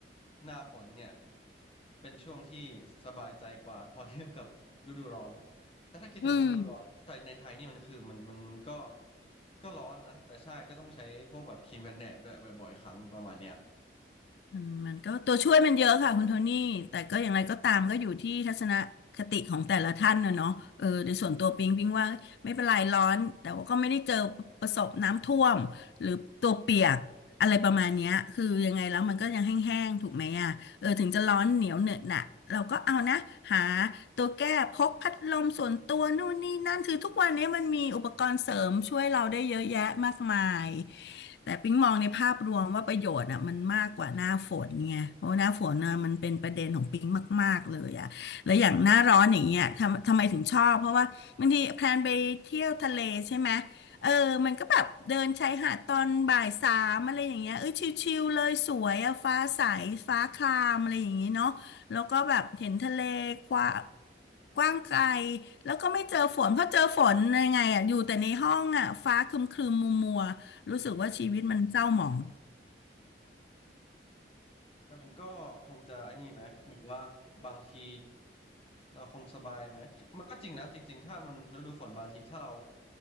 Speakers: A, on the left (about 35°); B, on the left (about 65°).
A: หน้าฝนเนี่ยเป็นช่วงที่สบายใจกว่าพอเทียบกับฤดูร้อนแต่ถ้าคิดถึงเรื่องฤดูร้อนแต่ในไทยนี่มันคือมันมันมันก็
B: อืม
A: ก็ร้อนนะแต่ใช่ก็ต้องใช้พวกแบบครีมกันแดดด้วยบ่อยๆครั้งประมาณเนี้ย
B: มันมันก็ตัวช่วยมันเยอะค่ะคุณโทนี่แต่ก็อย่างไรก็ตามก็อยู่ที่ทัศนคติของแต่ละท่านนะเนาะเออโดยส่วนตัวปิงปิงว่าไม่เป็นไรร้อนแต่ว่าก็ไม่ได้เจอประสบน้ำท่วมหรือตัวเปียกอะไรประมาณเนี้ยคือยังไงแล้วมันก็ยังแห้งๆถูกไหมอ่ะ เออถึงจะร้อนเหนียวเหนอะหนะเราก็เอานะหาตัวแก้พกพัดลมส่วนตัวนู่นนี่นั่นคือทุกวันนี้มันมีอุปกรณ์เสริมช่วยเราได้เยอะแยะมากมายแต่ปิ๊งมองในภาพรวมว่าประโยชน์อ่ะมันมากกว่าหน้าฝนไงเพราะว่าหน้าฝนน่ะมันเป็นประเด็นของปิ๊งมากๆเลยอ่ะแล้วอย่างหน้าร้อนอย่างเงี้ยทำทำไมถึงชอบเพราะว่าบางทีแพลนไปเที่ยวทะเลใช่ไหม เออมันก็แบบเดินชายหาดตอนบ่ายสามอะไรอย่างเงี้ยเอ้ยชิลๆเลยสวยอะฟ้าใสฟ้าครามอะไรอย่างงี้เนาะแล้วก็แบบเห็นทะเลกว้างกว้างไกลแล้วก็ไม่เจอฝนเพราะเจอฝนยังไงอะอยู่แต่ในห้องอะฟ้าครึมๆมัวๆรู้สึกว่าชีวิตมันเศร้าหมอง
A: แต่มันก็คงจะไอ้นี่ไหมแบบว่าบางทีเราคงสบายไหมมันก็จริงนะจริงๆถ้ามันฤดูฝนบางทีถ้าเรา